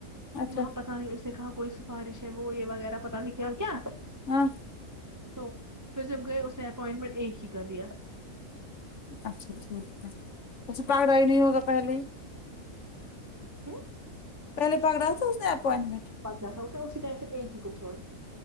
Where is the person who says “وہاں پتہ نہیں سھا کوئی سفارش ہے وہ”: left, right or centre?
Right